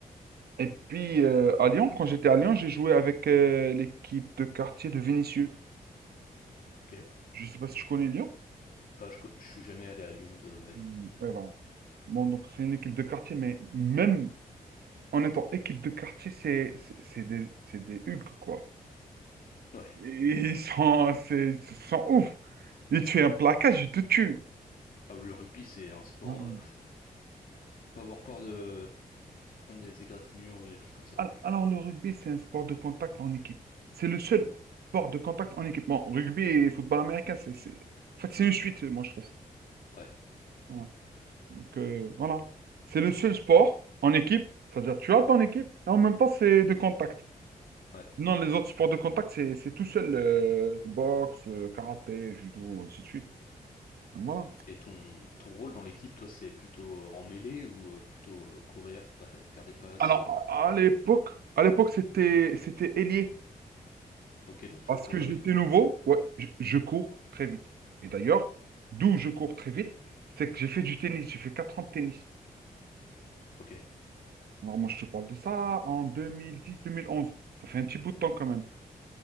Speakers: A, on the right (about 75°); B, on the left (about 60°).
A: Et puis, euh, à Lyon, quand j'étais à Lyon, j'ai joué avec euh, l'équipe de quartier de Vénissieux.
B: Ok.
A: Je ne sais pas si tu connais Lyon.
B: Ah, je, co- je suis jamais allé à Lyon de ma vie.
A: Mm, ouais, voilà. Bon, donc c'est une équipe de quartier, mais même en étant équipe de quartier, c'est c'est- c'est des, c'est des Hulk, quoi.
B: Ouais.
A: Ils sont, c'est- ils sont ouf. Ils tuent un placage, ils te tuent.
B: Ah, le rugby, c'est un sport.
A: Mm.
B: euh, faut pas avoir peur de se prendre des égratignures et des choses comme ça.
A: Al- Alors, le rugby, c'est un sport de contact en équipe. C'est le seul
B: Ouais,
A: sport de contact en équipe. Bon, rugby et football américain, c'est... c'est- En fait, c'est une suite, moi, je trouve.
B: ouais,
A: Voilà. Donc, euh, voilà. C'est le seul sport en équipe, c'est-à-dire tu as ton équipe, et en même temps, c'est de contact.
B: ouais.
A: Non, les autres sports de contact, c'est c'est tout seul. euh, boxe, euh, karaté, judo, ainsi de suite. Donc, Voilà.
B: Et ton, ton rôle dans l'équipe, toi, c'est plutôt euh, en mêlée ou euh, plutôt euh, courir, pa- faire des passes.
A: Alors,
B: euh,
A: à à l'époque, à l'époque, c'était c'était ailier.
B: Ok, donc faut
A: Parce
B: courir
A: que j'étais
B: vite, quoi.
A: nouveau, ouais, je, je cours très vite. Et d'ailleurs, d'où je cours très vite, c'est que j'ai fait du tennis. J'ai fait 4 ans de tennis.
B: Ok.
A: Alors, moi, je te parle de ça en 2010-2011. Ça fait un petit bout de temps quand même.